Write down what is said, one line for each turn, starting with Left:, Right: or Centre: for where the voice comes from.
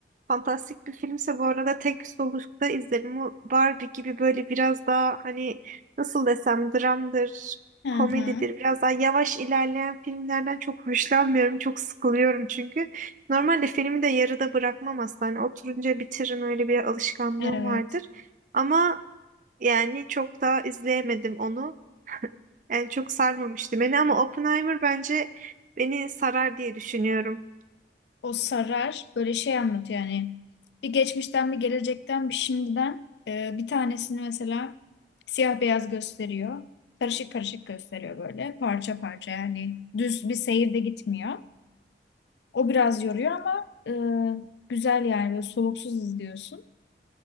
Right: Fantastik bir filmse bu arada tek solukta izlerim. Bu Barbie gibi böyle biraz daha hani nasıl desem dramdır,
Left: Hı
Right: komedidir.
Left: hı.
Right: Biraz daha yavaş ilerleyen filmlerden çok hoşlanmıyorum. Çok sıkılıyorum çünkü. Normalde filmi de yarıda bırakmam aslında. Hani oturunca bitiririm öyle bir alışkanlığım
Left: Evet.
Right: vardır. Ama yani çok daha izleyemedim onu. Yani çok sarmamıştı beni ama Oppenheimer bence beni sarar diye düşünüyorum.
Left: O sarar böyle şey anlatıyor yani bir geçmişten bir gelecekten bir şimdiden e, bir tanesini mesela siyah beyaz gösteriyor. Karışık karışık gösteriyor böyle parça parça yani düz bir seyirde gitmiyor. O biraz yoruyor ama e, güzel yani böyle soluksuz izliyorsun.